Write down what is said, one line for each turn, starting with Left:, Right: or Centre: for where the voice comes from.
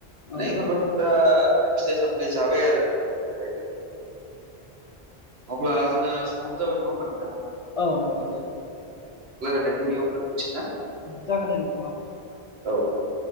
Right: माने
Left: औ
Right: बेफोरबायादि बिराद माने फिथाइ सामथाय जाबाय आरो <unintelligible> अब्ला जोंना समावबो जाबाय नङा होमबा नोंथां
Left: औ नोंथां दे
Right: लारायनायखौ बेयावननो सै ना
Left: जागोन दे नोंथांनाव औ
Right: औ औ